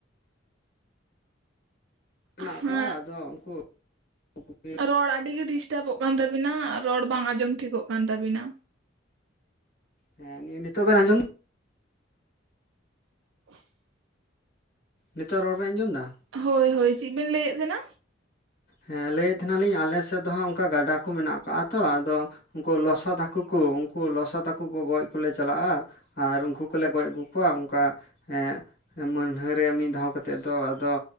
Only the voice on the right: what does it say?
ᱦᱮᱸ
ᱨᱚᱲ ᱟᱹᱰᱤᱜᱮ ᱰᱤᱥᱴᱟᱵᱚᱜ ᱠᱟᱱ ᱛᱟᱵᱤᱱᱟ ᱨᱚᱲ ᱵᱟᱝ ᱟᱸᱡᱚᱢ ᱴᱷᱤᱠᱚᱜ ᱠᱟᱱ ᱛᱟᱵᱤᱱᱟ
<unintelligible>
ᱦᱚᱭ ᱦᱚᱭ ᱪᱮᱫ ᱵᱤᱱ ᱞᱟᱹᱭᱮᱫ ᱛᱟᱦᱮᱱᱟ?